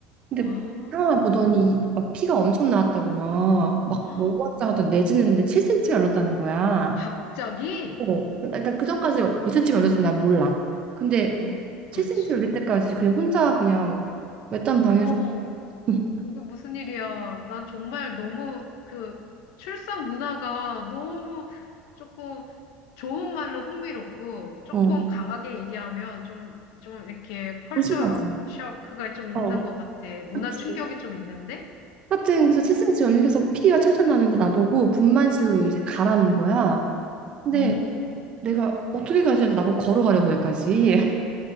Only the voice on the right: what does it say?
근데
상황을 보더니 막 피가 엄청 나왔다고 막 막
뭐가 하던 내진을 했는데 7cm가 열렸다는 거야.
어, 그러니까 그 전까지 몇 cm가 열렸는지 난 몰라. 근데
7cm 열릴 때까지 그냥 혼자 그냥 외딴 방에서
<laughs>
어,
조심하지.
어,
그치.
하여튼 그래서 7cm
열려서 피가 철철 나는데 나보고 분만실로
이제 가라는 거야. 근데
내가 어떻게 가야 되는데 나보고 걸어가려고 거기까지. <laughs>